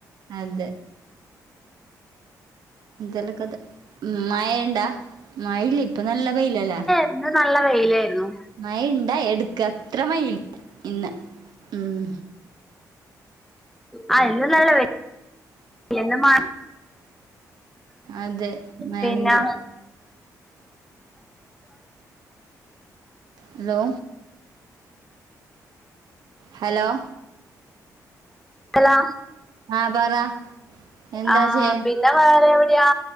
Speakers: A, on the right; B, in the centre.
A: അതെ ഇന്തലക്കെ അത് മഴ ഇണ്ടാ മഴല്ല ഇപ്പ നല്ല വയ്ലല്ലേ
B: എന്ന് നല്ല വെയിലായിരുന്നു
A: മഴ ഇണ്ട എടുക്ക അത്ര മഴയില്ല ഇന്ന് ഉം
B: ആ ഇന്ന് നല്ല വെയിൽ ഇന്ന് മഴ
A: അതെ മഴയൊന്നുല്ല
B: പിന്നെ
A: ഹലോ ഹലോ
B: ഹലോ
A: ആഹ പറ എന്താ
B: ആഹ്
A: ചെയേ
B: പിന്നെ വേറെ എവിടെയാ